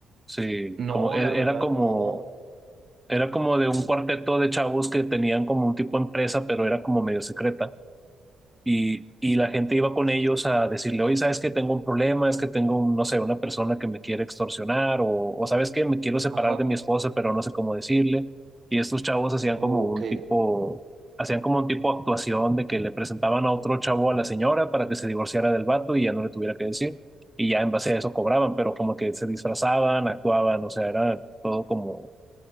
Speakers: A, in the centre; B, on the right (about 45°).
A: sí,
B: No,
A: como, e-
B: la verdad,
A: era como,
B: no.
A: era como de un cuarteto de chavos que tenían como un tipo empresa, pero era como medio secreta. Y, y la gente iba con ellos a decirle, oye, ¿sabes que Tengo un problema, es que tengo, un, no sé, una persona que me quiere extorsionar o, o ¿sabes que Me quiero separar
B: Ajá.
A: de mi esposa, pero no sé cómo decirle. Y estos chavos hacían como
B: Ok.
A: un tipo, hacían como un tipo de actuación de que le presentaban a otro chavo a la señora para que se divorciara del vato y ya no le tuviera que decir. Y ya en base a eso cobraban, pero como que se disfrazaban, actuaban, o sea, era todo como